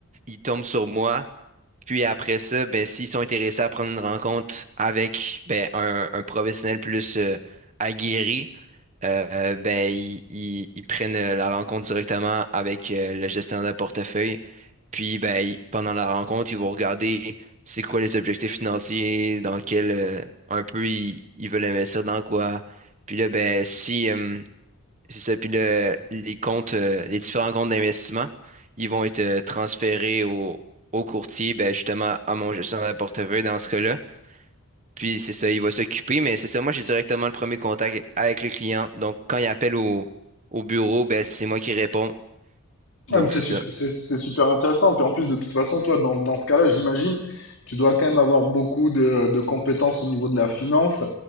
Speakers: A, on the right; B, on the left.
A: ils tombent sur moi. Puis après ça, ben, s'ils sont intéressés à prendre une rencontre avec ben, un, un professionnel plus euh, aguerri, euh, euh, ben, ils, ils- ils prennent euh, la rencontre directement avec euh, le gestionnaire de portefeuille. Puis ben, ils- pendant la rencontre, ils vont regarder c'est quoi les objectifs financiers, dans quel euh, un peu ils, ils veulent investir dans quoi. Puis là, ben, si, euh, c'est ça. Puis le- les comptes, euh, les différents comptes d'investissement, ils vont être euh, transférés au, au courtier, ben, justement, à mon gestionnaire de portefeuille dans ce cas-là. Puis c'est ça, il va s'occuper, mais c'est ça, moi j'ai directement le premier contact avec le client. Donc quand il appelle au, au bureau, ben, c'est moi qui réponds. Donc
B: Ah, mais c'est
A: c'est
B: sup-
A: ça.
B: c'est- c'est super intéressant. Puis en plus, de toute façon, toi, dans, dans ce cas-là, j'imagine, tu dois quand même avoir beaucoup de, de compétences au niveau de la finance.